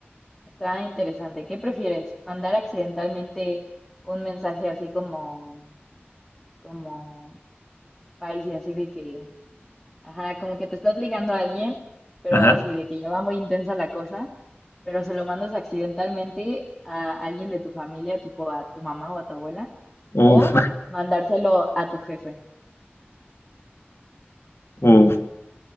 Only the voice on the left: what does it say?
Ajá.
Uf,
uf.